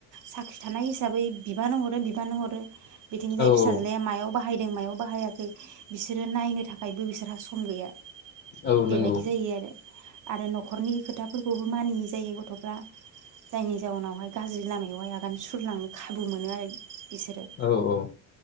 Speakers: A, on the right; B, on the left.
A: साख्रि थानाय हिसाबै बिबानो हरो बिबानो हरो बिथिंजाय
B: औ औ
A: फिसाज्लाया मायाव बाहाय मायाव बाहायाखै बिसोरो नायनो थाखायबो बिसोरहा सम गैया
B: औ
A: बे
B: नंगौ
A: बायदि जायो आरो। आरो न'खरनि खोथाफोरखौबो मानियै जायो गथ'फ्रा जायनि जाउनावहाय गाज्रि लामायावहाय आगान सुरलांनो खाबु मोनो आरो बिसोरो
B: औ औ